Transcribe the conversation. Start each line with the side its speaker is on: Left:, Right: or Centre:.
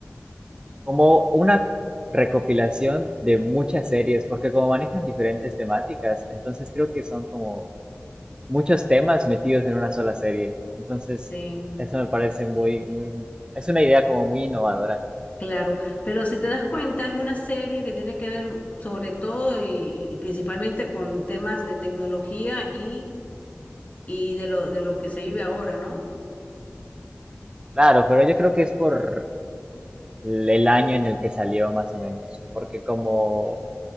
Right: como una recopilación de muchas series, porque como manejan diferentes temáticas, entonces creo que son como muchos temas metidos en una sola serie. Entonces,
Left: Sí,
Right: eso me parece muy, muy, es una idea como muy innovadora.
Left: claro, pero si te das cuenta, es una serie que tiene que ver sobre todo y, y principalmente con temas de tecnología y y de lo, de lo que se vive ahora, ¿no?
Right: Claro, pero yo creo que es por el año en el que salió más o menos, porque como